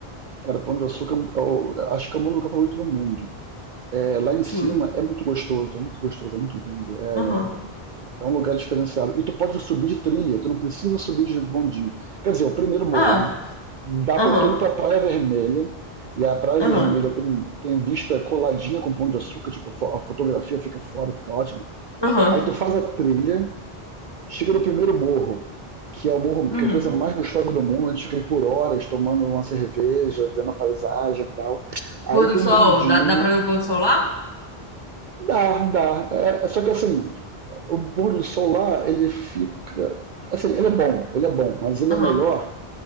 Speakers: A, on the right; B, on the left.
A: Cara, Pão de Açúcar, eu acho que é o meu lugar favorito no mundo. É, lá em
B: Sim.
A: cima é muito gostoso, é muito gostoso, é muito lindo. É,
B: Aham.
A: é um lugar diferenciado. E tu pode subir de trilha, tu não precisa subir de bondinho. Quer dizer, o primeiro morro,
B: Ah,
A: né? Dá
B: aham.
A: pra tu ir pra Praia Vermelha, e a Praia
B: Aham.
A: Vermelha tem, tem vista coladinha com Pão de Açúcar, tipo, a fo- a fotografia fica fora, fica ótimo.
B: Aham.
A: Aí tu faz a trilha, Chega no primeiro morro, que é o morro,
B: Uhum.
A: que é a coisa mais gostosa do mundo, a gente fica aí por horas tomando uma cerveja, vendo a paisagem e tal. Aí
B: Pôr do
A: tem um
B: sol,
A: bondinho.
B: dá, dá pra ver o pôr do sol lá?
A: Dá, dá. É, é, só que assim, o pôr do sol lá, ele fica. Assim, ele é bom, ele é bom, mas ele
B: Aham.
A: é melhor